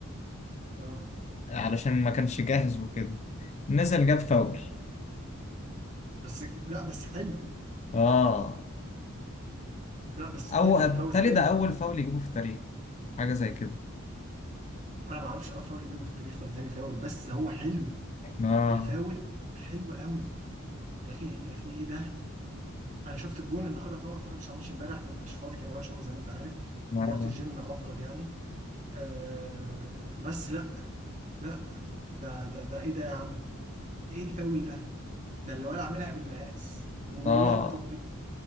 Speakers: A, on the right; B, on the left.
A: اه
B: علشان ما كانش جاهز وكده نزل جاب فاول
A: بس لا بس حلو
B: اه
A: لا بس
B: او
A: حلو فاول
B: بالتالي
A: حلو
B: ده اول فاول يجيبه في تاريخه حاجه زي كده
A: انا ما اعرفش اول فاول يجيبه في التاريخ ولا تاني فاول بس هو حلو
B: اه
A: الفاول حلو قوي يا اخي يا اخي ايه ده انا شفت الجون النهارده انا طبعا ما اتفرجتش على الماتش امبارح ما كنتش فاضي كان ورايا شغل زي ما انت عارف
B: اه,
A: ورحت الجيم افضل يعني آه بس لا لا ده ده ده ايه ده يا عم ايه الفاول ده ده اللي ولا عاملها بالمقاس والله
B: آه.
A: ما تطبيق